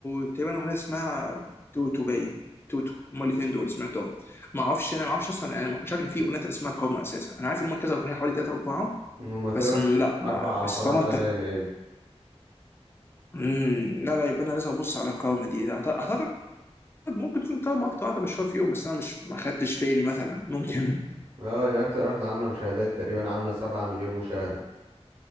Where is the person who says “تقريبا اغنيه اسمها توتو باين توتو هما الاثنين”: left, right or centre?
Left